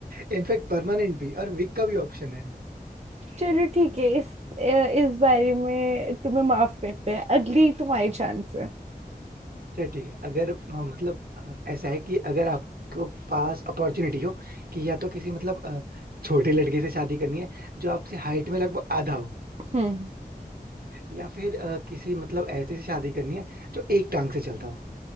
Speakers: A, on the right (about 65°); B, on the right (about 45°).
A: in fact permanent भी और विग का भी ऑप्शन है
B: चलो ठीक है इस अ, इस बारे में तुम्हें माफ करते हैं अगली तुम्हारी चांस है
A: चल ठीक है अगर अ, मतलब अ, ऐसा है कि अगर आपको पास अपॉर्चुनिटी हो कि या तो किसी मतलब अ, छोटे लड़के से शादी करनी है जो आपसे हाइट में लगभग आधा हो
B: हम्म
A: या फिर अ, किसी मतलब ऐसे से शादी करनी है जो एक टांग से चलता हो